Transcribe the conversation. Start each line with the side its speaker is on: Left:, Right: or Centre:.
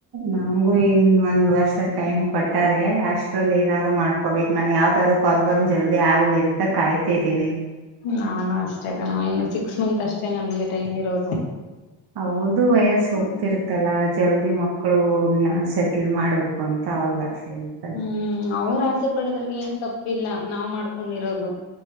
Right: ನಮ್ಗೂ ಇನ್ ಒಂದ್ ವರ್ಷ ಟೈಮ್ ಕೊಟ್ಟಾರೆ ಅಷ್ಟ್ರಲ್ಲಿ ಏನಾದ್ರು ಮಾಡ್ಕೋಬೇಕು ನನ್ ಯಾವದ್ರು ಕಾಲ್ ಬರ್ನ್ ಜಲ್ದಿ ಆಗ್ಲಿ ಅಂತ ಕಾಯ್ತಿದ್ದೀನಿ
Left: ನಾನು ಅಷ್ಟೇ ಇನ್ನು ಸಿಕ್ಸ್ ಮಂತ್ ಅಷ್ಟೇ ನನಗೆ ಟೈಮ್ ಇರೋದು
Right: ಅವ್ರದು ವಯಸ್ಸು
Left: ಹ್ಮ್
Right: ಹೋಗ್ತಿರ್ತ್ತಲ್ಲ ಜಲ್ದಿ ಮಕ್ಕಳು ನಶ ಮಾಡ್ಬೇಕು ಅಂತ ಅವ್ರಗ ಆಸೆ ಇರ್ತದೆ
Left: ಹ್ಮ್ ಅವ್ರು ಆಸೆ ಪಡೋದ್ರಗೆ ಏನ್ ತಪ್ಪಿಲ್ಲ ನಾವ್ ಮಾಡ್ಕೊಂಡಿರೋದು